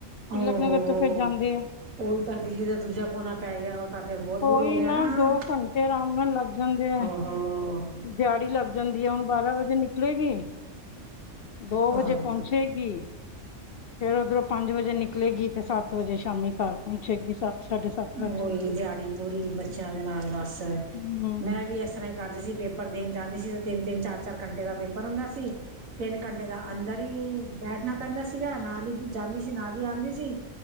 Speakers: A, on the left; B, on the right.
A: ਤਿਲਕ
B: ਹੋ
A: ਨਗਰ
B: ਹੋ
A: ਤੋਂ,
B: ਹੋ
A: ਫੇਰ ਜਾਂਦੀ ਹੈ।
B: ਉਹੀ ਤਾਂ ਦਿੱਲੀ ਦਾ, ਦੂਜਾ ਕੌਣਾ। ਪੈ ਗਿਆ। ਉਹ ਤਾਂ ਫੇਰ, ਬਹੁਤ
A: ਕੋਈ
B: ਦੂਰ ਹੋ ਗਿਆ, ਨਾ।
A: ਦੋ ਘੰਟੇ ਆਰਾਮ ਨਾਲ ਲੱਗ ਜਾਂਦੇ ਆ
B: ਹੋ- ਹੋੋ।
A: ਦਿਹਾੜੀ ਲੱਗ ਜਾਂਦੀ ਹੈ। ਹੁਣ ਬਾਰਾਂ ਵਜੇ ਨਿਕ ਚਲੇਗੀ। ਦੋ ਵਜੇ
B: ਆਹੋ
A: ਪਹੁੰਚੇਗੀ। ਫੇਰ ਉਓਧਰੋਂ ਪੰਜ ਵਜੇ ਨਿਕਲੇਗੀ ਤੇ ਸੱਤ ਵਜੇ ਸ਼ਾਮੀ ਘਰ ਪਹੁੰਚੇਗੀ। ਸੱਤ ਸਾਢੇ ਸੱਤ ਵੱਜ
B: ਹੋਈ।
A: ਜਾਂਦੇ ਆ।
B: ਦਿਹਾੜੀ ਪੂਰੀ ਬੱਚਿਆਂ ਦੇ ਨਾਲ ਬਸ।
A: ਹੂੰ
B: ਮੈਂ ਵੀ ਇਸ ਤਰ੍ਹਾਂ ਕਰਦੇ ਸੀ ਪੇਪਰ ਦੇਣ ਜਾਂਦੇ ਸੀ ਤੇ ਤਿੰਨ- ਤਿੰਨ, ਚਾਰ- ਚਾਰ ਘੰਟੇ ਦਾ ਪੇਪਰ ਹੁੰਦਾ ਸੀ। ਤਿੰਨ ਘੰਟੇ ਦਾ ਅੰਦਰ ਹੀ ਬੈਠਣਾ ਪੈਂਦਾ ਸੀਗਾ। ਨਾਲ ਹੀ ਜਾਂਦੀ ਸੀ ਨਾਲ ਹੀ ਆਉਂਦੀ ਸੀ।